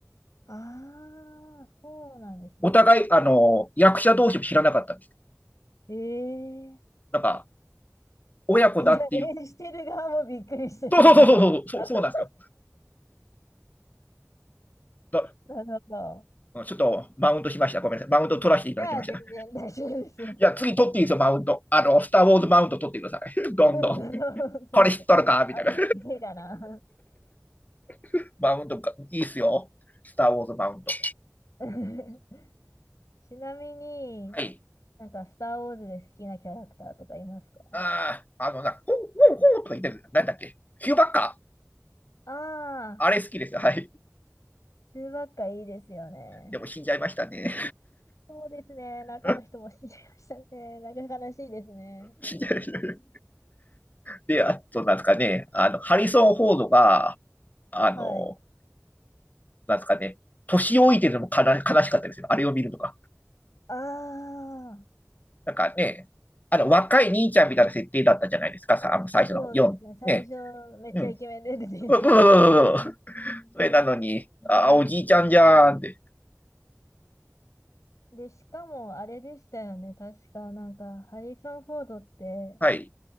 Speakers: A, on the left; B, on the left.
A: ああ、そうなんですね。
B: お互い、あの、役者同士も知らなかったんですよ。
A: ええ
B: なんか、親子だっていう、
A: えじゃあ、演じてる側もびっくりしてるんだろう。
B: そうそうそうそうそう、
A: <laughs>
B: そうそうなんですよ。だ
A: なるほど。
B: ちょっとマウントしました。ごめんなさい。マウント取らせていただきました。
A: じゃあ、全然大丈夫ですよ。
B: <laughs> い
A: <laughs>
B: や、次取っていいですよ、
A: うん
B: マウント。あの、スター・ウォーズマウント取ってください。<laughs> どんどん。
A: なるほどそうそうあの時いいかな。
B: これ知っとるかみたいな。<laughs> マウントがいいっすよ。スター・ウォーズマウント。
A: <laughs> ちなみに、
B: はい。
A: なんか、スター・ウォーズで好きなキャラクターとかいますか
B: ああ、あのな、ほうほうほうとか言ってる。なんだっけヒューバッカー
A: ああ
B: あれ好きですよ。はい。
A: ー、中ばっかいいですよね。
B: でも死んじゃいましたね。
A: そうですね。中の人も死んじゃいましたね。
B: <laughs>
A: なんか悲しいですね。
B: 死んじゃいましたね。で、あと、なんですかね、あの、ハリソン・フォードが、あの、
A: はい。
B: なんですかね、年老いてるのも悲悲しかったですよ。あれを見るとか。
A: ああ、
B: なんかね、あの、若い兄ちゃんみたいな設定だったじゃないですか、さ、あの、最初の4。
A: そうですね。最初、
B: ね、
A: めっちゃイケメンで出てきて、
B: うん。ううううそれなのに、ああ、おじいちゃんじゃーんって。
A: で、しかもあれでしたよね。確かなんか、ハリソン・フォードって、
B: はい、